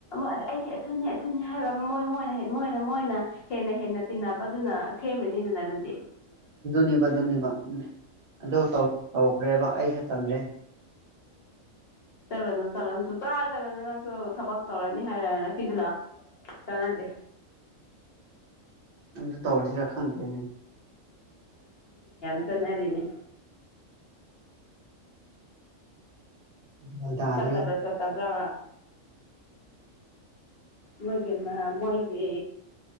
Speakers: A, on the left; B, on the right.
A: ꯑꯩꯗꯤ ꯑꯗꯨꯅꯦ ꯑꯗꯨꯅꯦ ꯍꯥꯏꯕ ꯃꯣꯏ ꯃꯣꯏꯅ ꯃꯣꯏꯅ ꯃꯣꯏꯅ ꯍꯦꯟꯅ ꯍꯦꯟꯅ ꯇꯤꯟꯅꯕꯗꯨꯅ ꯁꯦꯝꯕꯅꯤꯗꯨꯅ ꯑꯗꯨꯗꯤ
B: ꯅꯤꯕ ꯅꯤꯕ ꯑꯗꯨ ꯇꯧꯈ꯭ꯔꯦꯕ ꯑꯩꯁꯨꯦ ꯇꯝꯂꯦ
A: ꯆꯂ ꯅ ꯆꯂꯅ ꯁ ꯆꯥ ꯆꯂꯅ ꯅ ꯅꯪꯁꯨ ꯊꯕꯛ ꯇꯧꯔꯅꯤ ꯍꯥꯏꯔꯅ ꯁꯤꯁꯤ ꯂꯥꯛ ꯆꯥꯟꯅꯗꯦ
B: ꯑꯗꯨꯝ ꯇꯧꯔꯤꯁꯤꯔ ꯈꯪꯗꯦꯅꯦ
A: ꯆꯠꯅꯔꯤꯅꯦ
B: ꯒ꯭ꯌꯥꯟ ꯇꯥꯗ꯭ꯔꯦ
A: ꯆꯠꯇꯕ꯭ꯔꯥ ꯆꯠꯇꯕ꯭ꯔ ꯃꯣꯏꯒꯤ ꯃꯣꯏꯒꯤ